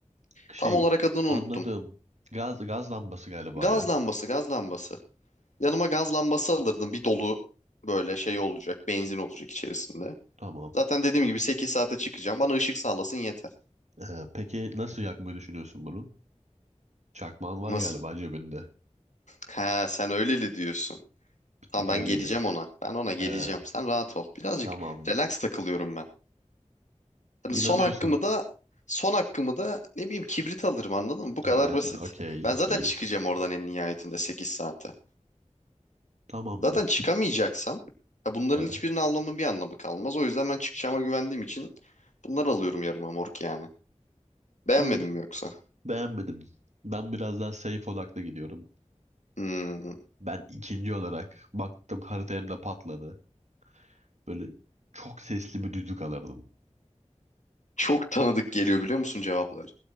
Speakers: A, on the right; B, on the left.
A: şey.
B: Tam olarak adını
A: Anladım.
B: unuttum.
A: Gaz, gaz lambası galiba
B: Gaz
A: ya.
B: lambası, gaz lambası. Yanıma gaz lambası alırdım. Bir dolu böyle şey olacak. Benzin olacak içerisinde.
A: Tamam.
B: Zaten dediğim gibi 8 saate çıkacağım. Bana ışık sağlasın yeter.
A: Ee, peki nasıl yakmayı düşünüyorsun bunu? Çakmağın var
B: Nasıl?
A: galiba cebinde.
B: Ha sen öyleli diyorsun.
A: Bir
B: Tamam
A: tek
B: ben
A: öyleli.
B: geleceğim ona. Ben ona geleceğim.
A: Ee,
B: Sen rahat ol. Birazcık
A: tamam.
B: relax takılıyorum ben. Hani
A: İnanıyorsun.
B: son hakkımı da son hakkımı da ne bileyim kibrit alırım anladın mı? Bu kadar
A: Ha,
B: basit.
A: okey,
B: Ben
A: okey.
B: zaten çıkacağım oradan en nihayetinde 8 saate.
A: Tamamdır.
B: Zaten çıkamayacaksam ya bunların
A: Evet.
B: hiçbirini almamın bir anlamı kalmaz. O yüzden ben çıkacağıma güvendiğim için bunları alıyorum yarıma mork yani. Beğenmedin
A: Bu
B: mi yoksa?
A: Beğenmedim. Ben biraz daha safe odaklı gidiyorum.
B: Hmm.
A: Ben ikinci olarak baktım harita hem patladı. Böyle çok sesli bir düdük alırdım.
B: Çok tanıdık geliyor biliyor musun cevaplar?